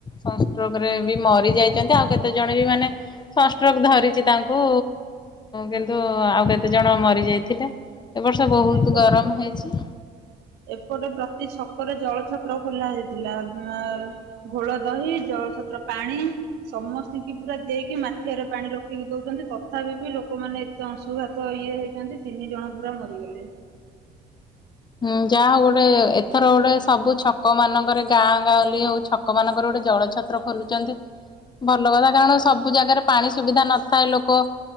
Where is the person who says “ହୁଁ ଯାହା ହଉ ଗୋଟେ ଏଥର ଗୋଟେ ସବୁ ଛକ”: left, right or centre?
Left